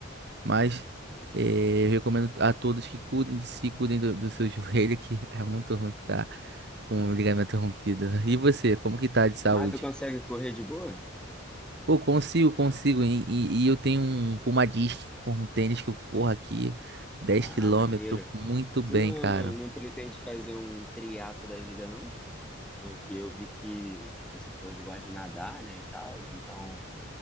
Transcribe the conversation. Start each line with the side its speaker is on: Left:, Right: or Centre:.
Right: mas eh, eu recomendo a todos que cuidem de si, cuidem do, do seu <laughs> joelho, que é muito ruim ficar com o ligamento rompido. E você, como que tá de saúde?
Centre: Mas tu consegue correr de boa?
Right: Pô, consigo, consigo. E, e- e eu tenho um Puma Disc, um tênis que eu corro aqui dez
Centre: Ah,
Right: km
Centre: maneiro.
Right: muito bem,
Centre: Tu não,
Right: cara.
Centre: não pretende fazer um triatlo da vida, não? Porque eu vi que você falou que gosta de nadar, né, e tal. Então,